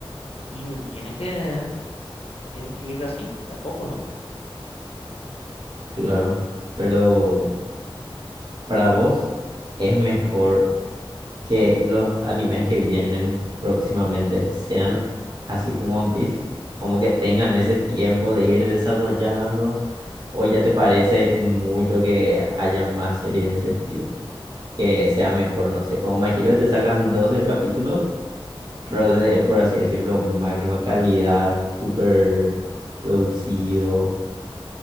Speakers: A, on the left (about 85°); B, on the right (about 45°).
A: y n- tienen que, tienen que ir así, de a poco, ¿no?
B: claro. Pero para vos, ¿es mejor que los animes que vienen próximamente sean así como One Piece? Como que tengan ese tiempo de ir desarrollando, o ya te parece mucho que haya más series de ese estilo, que sea mejor, no sé, como Me Hero que te sacan 12 capítulos pero de- por así decirlo, máxima calidad, súper producido.